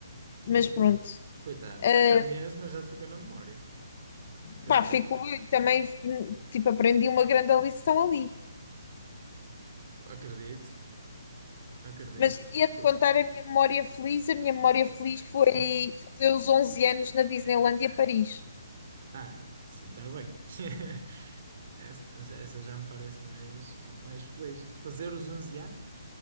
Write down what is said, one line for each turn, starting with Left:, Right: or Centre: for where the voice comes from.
Left: Mas pronto.
Right: Coitado.
Left: Ah,
Right: Um mês, mas já te ficou na memória. Tep,
Left: pá, fico
Right: tep.
Left: eu também, tipo, aprendi uma grande lição ali.
Right: Acredito, acredito.
Left: Mas ia-te
Right: Que
Left: contar
Right: eu...
Left: a minha memória feliz. A minha memória
Right: eh,
Left: feliz foi
Right: ah,
Left: fazer os 11 anos na Disneylandia Paris.
Right: Ah, sim, está bem. <laughs> Essa, essa- já me parece mais, mais feliz. Fazer os 11 anos?